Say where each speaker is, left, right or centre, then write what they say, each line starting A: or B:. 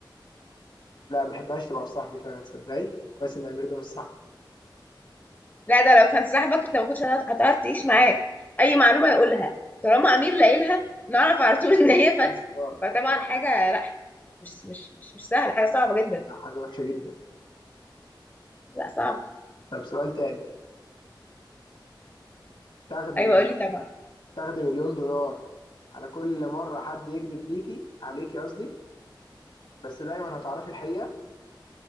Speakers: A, on the left (about 75°); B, on the left (about 20°).
A: لا ما بحبهاش تبقى في صاحبي فعلا تصدقي كويس ان امير ده مش صاحبي
B: لا ده لو كان صاحبك انت ما كنتش هت- هتعرف تعيش معاه اي معلومه يقولها طالما امير لاقيلها نعرف على طول ان هي فتحي
A: اه
B: فطبعا حاجه لا مش مش مش مش سهله حاجه صعبه جدا
A: ده حاجه وحشه جدا
B: لا صعب
A: طب سؤال تاني تاخدي
B: ايوه قولي طبعا
A: تاخدي مليون دولار على كل مرة حد يكذب ليكي عليكي قصدي بس دايما هتعرفي الحقيقة